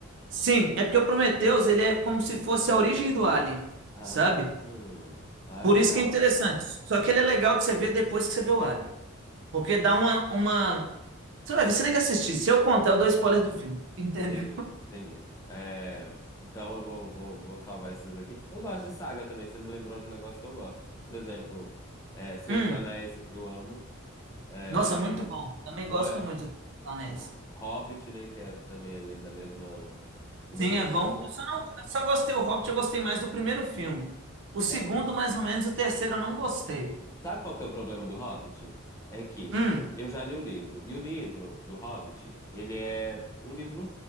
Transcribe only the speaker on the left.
Ah,
ah,
legal.
Entendi, entendi. É, então eu vou, vou, vou salvar esses aqui. Eu gosto de saga também, você me lembrou de um negócio que eu gosto. Por exemplo, é, Senhor
dos Anéis, eu amo. É,
Não
é?
O Hobbit, né? Que é também ali da mesma, do
mesmo autor,
né?
É,
sabe qual que é o problema do Hobbit? É que
eu já li o livro. E o livro do Hobbit, ele é um livro